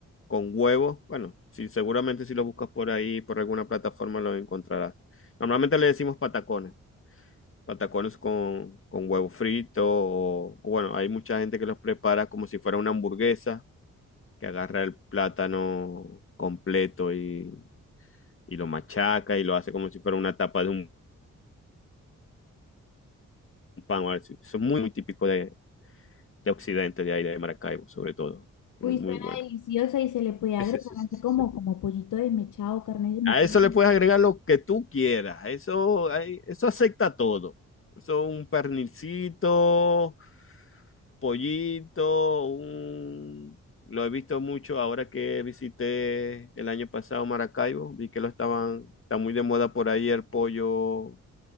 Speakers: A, on the left (about 45°); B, on the left (about 80°).
A: con huevo. Bueno, sí, seguramente si lo buscas por ahí, por alguna plataforma, lo encontrarás. Normalmente le decimos patacones. patacones con, con huevo frito, o, o bueno, hay mucha gente que los prepara como si fuera una hamburguesa, que agarra el plátano completo y, y lo machaca y lo hace como si fuera una tapa de un pan. o algo así. Eso es muy, muy típico de, de Occidente, de ahí, de Maracaibo, sobre todo. Muy,
B: Uy,
A: muy
B: suena
A: bueno.
B: deliciosa y se le puede agregar
A: Sí, sí, sí, sí,
B: así como,
A: sí, sí.
B: como pollito desmechado, carne desmechada,
A: A eso le puedes agregar lo que tú quieras. Eso, ahí- eso acepta todo. Eso un pernilcito, pollito, un... Lo he visto mucho ahora que visité el año pasado Maracaibo, vi que lo estaban, está muy de moda por ahí el pollo,